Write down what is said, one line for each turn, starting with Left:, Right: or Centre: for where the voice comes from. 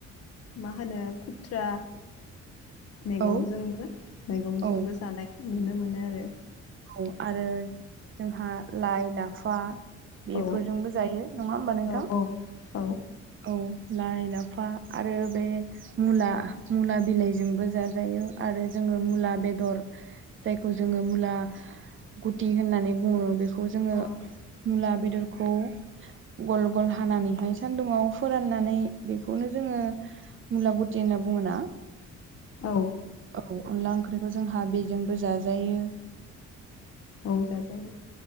Left: मा होनो खुथ्रा। मैगंजोंबो
Right: औ
Left: मैगंजोंबो
Right: औ
Left: जानाय। नुनो मोनो आरो
Right: औ आरो जोंहा लाइ लाफा। बेफोरजोंबो
Left: औ
Right: जायो नङा होमबा नोंथां
Left: औ औ
Right: औ। लाइ लाफा आरो बे मुला मुला बिलाइजोंबो जाजायो आरो जों। <unintelligible> मुला बेदर जायखौ जोङो मुला। गुति होननानै बुङो बेखौ जोङो
Left: औ
Right: मुला। बेदरखौ गल गल हानानैहाय सान्दुुंआव फोराननानै बेखौनो जोङो। मुलागुति होनना बुङो ना
Left: औ।
Right: ओ अनला ओंख्रिखौ जोंहा बेजोंबो जाजायो।
Left: औ जा जायो।